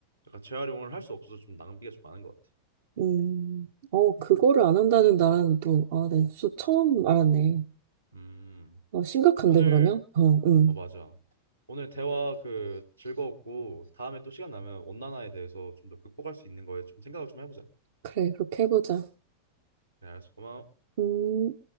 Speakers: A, on the right; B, on the right.
A: 약간 재활용을 할 수 없어서 좀 낭비가 좀 많은 것 같아.
B: 음, 어, 그거를 안 한다는 나라는 또, 아, 네, 수 처음 알았네.
A: 음
B: 어, 심각한데,
A: 오늘
B: 그러면? 어, 응.
A: 어 맞아 오늘 대화 그 즐거웠고 다음에 또 시간 나면 온난화에 대해서 좀 더 극복할 수 있는 거에 좀 생각을 좀 해보자.
B: 그래, 그렇게 해보자.
A: 그래 알았어 고마워.
B: 음.